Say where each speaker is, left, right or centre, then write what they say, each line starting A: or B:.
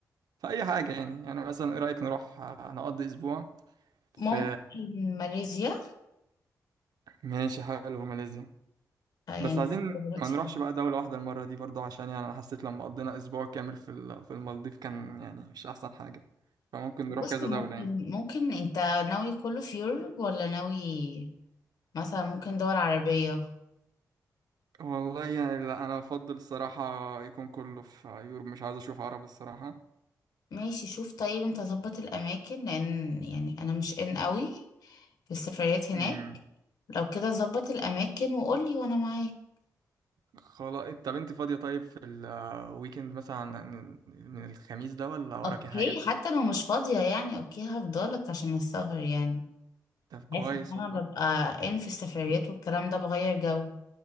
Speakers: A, on the right; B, on the left.
A: في اي حاجه يعني يعني مثلا ايه رايك نروح آه، نقضي اسبوع في
B: ممكن ماليزيا
A: ماشي حلو ماليزيا
B: آه، يعني
A: بس عايزين
B: دلوقتي
A: ما نروحش بقى دولة واحدة المرة دي برضه عشان يعني أنا حسيت لما قضينا أسبوع كامل في ال- في المالديف كان يعني مش أحسن حاجة فممكن
B: بص
A: نروح كذا
B: ممكن
A: دولة يعني
B: ممكن انت ناوي كله في يوروب ولا ناوي مثلا ممكن دول عربية
A: والله يعني لا أنا أفضل الصراحة يكون كله في يوروب مش عايز أشوف عرب الصراحة
B: ماشي شوف طيب انت ظبط الأماكن لأن يعني أنا مش إن قوي في السفريات هناك
A: أمم،
B: لو كده ظبط الأماكن وقولي وأنا معاك
A: خلاص طب أنت فاضية طيب في الويكند مثلا من من الخميس ده ولا وراكي
B: أوكي
A: حاجة؟
B: حتى لو مش فاضية يعني أوكي هفضلك عشان السفر يعني
A: طب كويس
B: عارفة إن
A: والله
B: أنا ببقى إن في السفريات والكلام ده بغير جو